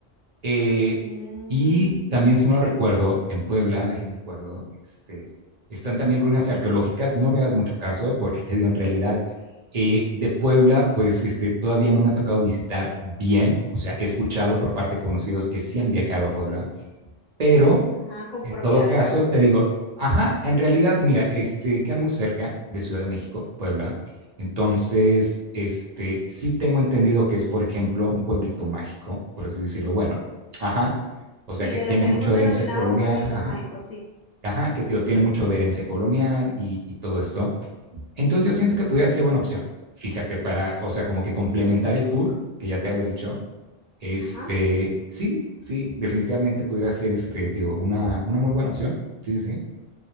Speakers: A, on the right; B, on the left.
A: Eh,
B: Mm,
A: y también, si me lo recuerdo, en Puebla, déjenme acuerdo, este, están también ruinas arqueológicas. No me hagas mucho caso porque te digo, en realidad, eh, de Puebla, pues este, todavía no me ha tocado visitar bien, o sea, he escuchado por parte de conocidos que sí han viajado a Puebla, pero
B: ajá, con
A: en
B: propiedad,
A: todo caso,
B: claro, sí.
A: te digo, ajá, en realidad, mira, este queda muy cerca de Ciudad de México, Puebla. Entonces, este, sí tengo entendido que es, por ejemplo, un pueblito mágico, por así decirlo. Bueno, ajá, o sea
B: Sí,
A: que
B: de
A: tiene
B: los que
A: mucho
B: son
A: de
B: denominados
A: herencia colonial,
B: pueblitos
A: ajá,
B: mágicos, sí.
A: ajá, que tío, tiene mucho de herencia colonial y, y todo esto. Entonces, yo siento que pudiera ser buena opción. Fíjate, para, o sea, como que complementar el tour que ya te había dicho, este,
B: Ajá,
A: sí, sí, definitivamente pudiera ser este, digo, una, una muy buena opción. Sí, sí, sí.